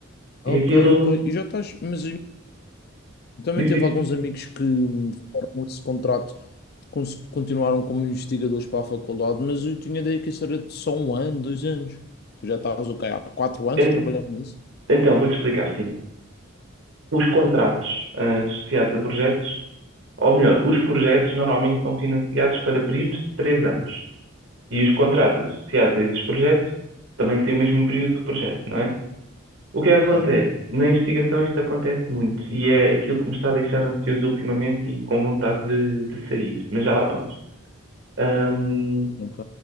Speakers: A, on the left; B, on the right.
A: ok,
B: E aquilo
A: ok. E já estás, mas eu também
B: diz,
A: teve
B: diz.
A: alguns amigos que fizeram esse contrato, cons- continuaram como investigadores para a faculdade, mas eu tinha daí que isso era de só um ano, dois anos. Tu já estavas o quê? Há quatro anos
B: En-
A: a trabalhar nisso?
B: Então, vou-te explicar, sim. Os contratos ah, associados a projetos, ou melhor, os projetos normalmente são financiados para períodos de três anos. E os contratos associados a esses projetos também têm o mesmo período do projeto, não é? O que é que acontece?
A: Ok,
B: Na investigação isto acontece muito e é aquilo que me está a deixar ansioso ultimamente e com vontade de, de sair, mas já lá vamos. Hum,
A: ok,